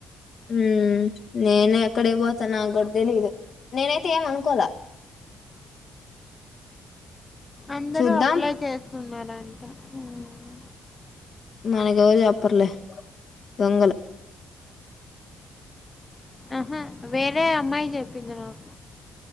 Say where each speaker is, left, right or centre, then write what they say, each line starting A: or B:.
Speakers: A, on the left; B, on the left.
A: హ్మ్ నేను ఎక్కడికి పోతనో నక్ కూడా తెలీదు నేను అయితే ఏమి అనుకోలా
B: అందరూ
A: చూద్దాం
B: అప్లై చేస్తున్నారంట. హ్మ్.
A: మాకు ఎవరు చెప్పారులే దొంగలు
B: ఆహా వేరే అమ్మాయి చెప్పింది నాకు